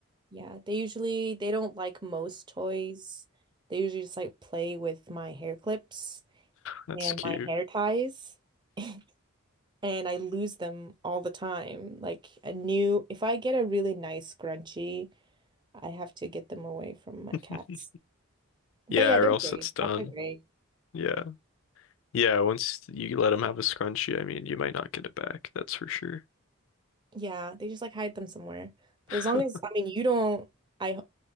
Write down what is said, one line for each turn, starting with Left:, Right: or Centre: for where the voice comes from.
Right: Yeah, they usually they don't like most toys. They usually just like play with my hair clips.
Left: That's
Right: and
Left: cute.
Right: my hair ties <laughs> and I lose them all the time. Like a new, if I get a really nice scrunchie, I have to get them away from my
Left: <laughs>
Right: cats.
Left: Yeah,
Right: But yeah,
Left: or
Right: they're
Left: else
Right: great.
Left: it's done.
Right: Cats are great.
Left: Yeah. Yeah, once you let him have a scrunchie, I mean, you might not get it back, that's for sure.
Right: Yeah, they just like hide them somewhere. But
Left: <laughs>
Right: as long as, I mean, you don't, I, ho-